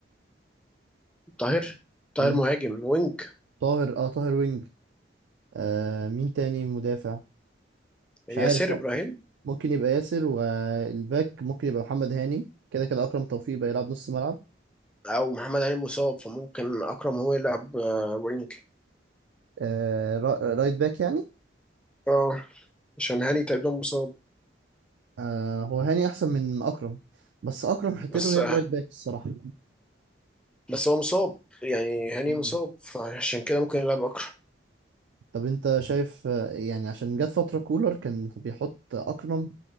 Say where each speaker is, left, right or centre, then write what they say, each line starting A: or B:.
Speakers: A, in the centre; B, on the right.
A: طاهر طاهر
B: امم
A: مهاجم وينج
B: طاهر اه طاهر وينج آه مين تاني مدافع مش
A: ياسر
B: عارف طب
A: ابراهيم
B: ممكن يبقى ياسر والباك ممكن يبقى محمد هاني كده كده أكرم توفيق بقى يلعب نص ملعب
A: او محمد هاني مصاب فممكن اكرم هو يلعب آه، وينج
B: آه را- رايت باك يعني
A: اه عشان هاني تقريبا مصاب
B: آه هو هاني أحسن من أكرم بس أكرم حتته
A: بس
B: هي
A: آه،
B: الرايت باك الصراحة
A: بس هو مصاب يعني هاني
B: مم.
A: مصاب فعشان كده ممكن يلعب اكرم
B: طب أنت شايف آه، يعني عشان جت فترة كولر كان بيحط أكرم